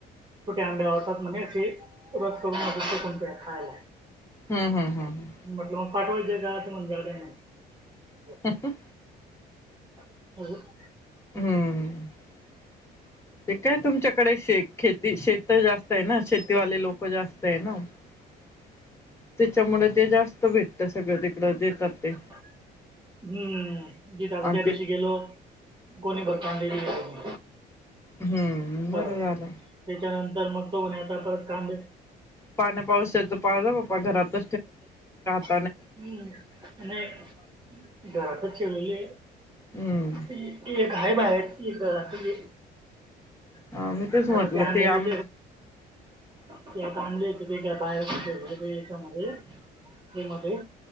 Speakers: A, on the right; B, on the left.
A: छोटे आंबे आवडतात म्हणे असे, रस करून रस करून असे खायला.
B: हम्म हम्म हम्म हम्म.
A: म्हटलं मग पाठवायचे का ते म्हणे त्यांना
B: ह हा
A: ह
B: हम्म <unintelligible> <unintelligible> त्याच्यामुळे ते जास्त भेटत सगळं तिकड देतात.
A: <unintelligible>
B: ते आणि ते हम्म
A: परत
B: बरं झालं.
A: त्याच्यानंतर मग तो म्हणे आता परत कांदे
B: पा घरत
A: हम्म
B: <unintelligible> हम्म हा मी तेच म्हटलं
A: आता ते आणलेले
B: आम
A: ते आता आणले का बाहेर याच्यामध्येमध्ये